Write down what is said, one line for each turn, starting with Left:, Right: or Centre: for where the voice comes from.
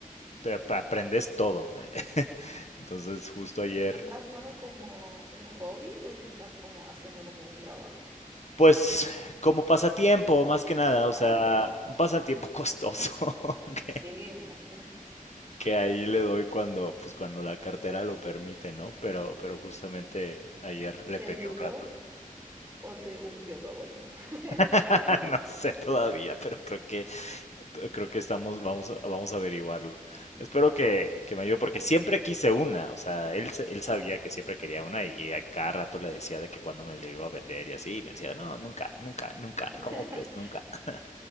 Left: te ap- aprendes todo. <laughs> Entonces justo
Right: ¿Y,
Left: ayer,
Right: y lo estabas usando como un hobby o lo estabas como haciendo como un trabajo?
Left: pues como pasatiempo, más que nada, o sea,
Right: Ah, ya.
Left: un pasatiempo costoso. <laughs> ¿ok?
Right: Sí, me imagino.
Left: que ahí le doy cuando, pues cuando la cartera lo permite, ¿no? Pero, pero justamente ayer le
Right: ¿Te
Left: pegué
Right: ayudó
Left: un rato.
Right: o te hundió tu abuelo? <laughs>
Left: <laughs> No sé todavía, pero creo que, creo que estamos, vamos, a- vamos a averiguarlo. Espero
Right: Ah,
Left: que,
Right: ya.
Left: que me ayude, porque siempre quise una, o sea, él, se- él sabía
Right: Ah.
Left: que siempre quería una y, y a cada rato le decía de que cuando me le iba a vender y así, y me decía, no, nunca, nunca, nunca,
Right: <laughs>
Left: ¿cómo crees? Nunca. <laughs>